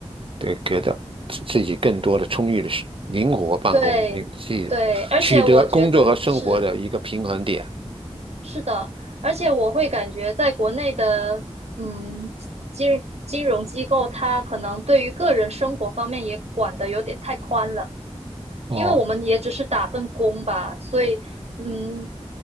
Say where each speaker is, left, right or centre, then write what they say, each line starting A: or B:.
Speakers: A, on the right; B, on the right.
A: 对给到自自己更多的充裕的时灵活办公，
B: 对对，
A: 你自己取得工作和生活的一个平衡点。
B: 而且我觉得是。是的，而且我会感觉在国内的，嗯，金金融机构，它可能对于个人生活方面也管得有点太宽了，
A: 哦，
B: 因为我们也只是打份工吧，所以，嗯，